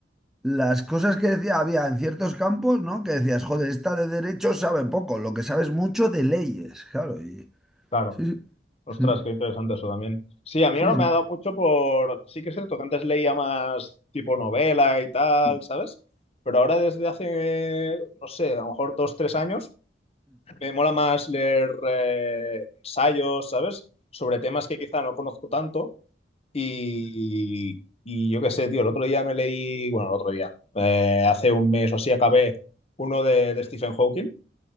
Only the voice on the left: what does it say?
Claro.
Ostras,
qué interesante eso también. Sí, a mí
ahora me
ha dado mucho por... Sí que es cierto que antes leía más tipo novela y tal,
¿sabes? Pero ahora desde hace, no sé, a lo mejor dos, tres años, me mola más leer eh, ensayos, ¿sabes? Sobre temas que quizá no conozco tanto. Y, y yo qué sé, tío, el otro día me leí, bueno, el otro día, eh, hace un mes o así acabé uno de, de Stephen Hawking,